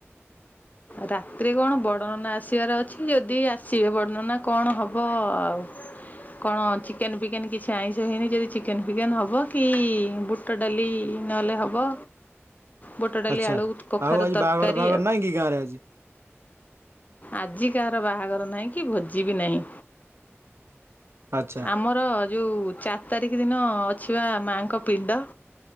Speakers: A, on the left; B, on the right.
A: ରାତିରେ କଣ ବଡନନା ଆସିବାର ଅଛି, ଯଦି ଆସିବେ ବଡନନା କଣ ହବ ଆଉ। କଣ ଚିକେନ୍ ଫିକେନ୍ କିଛି ଆଇଁଷ ହେଇନି, ଯଦି ଚିକେନ୍ ଫିକେନ୍ ହବ କି? ବୁଟ ଡାଲି ନହେଲେ ହବ ବୁଟ ଡାଲି,
B: ଆଚ୍ଛା
A: ଆଳୁ, କଖାରୁ
B: ଆଉ ଆଜି
A: ତରକାରୀ
B: ବାହାଘର ଫାହାଘର
A: ଆଉ।
B: ନାହିଁ କି ଗାଁରେ ଆଜି?
A: ଆଜି କାହାର ବାହାଘର ନାହିଁ କି ଭୋଜି ବି ନାହିଁ।
B: ଆଚ୍ଛା
A: ଆମର ଯୋଉ ଚାରି ତାରିଖ ଦିନ ଅଛି ବା ମାଆଙ୍କ ପିଣ୍ଡ।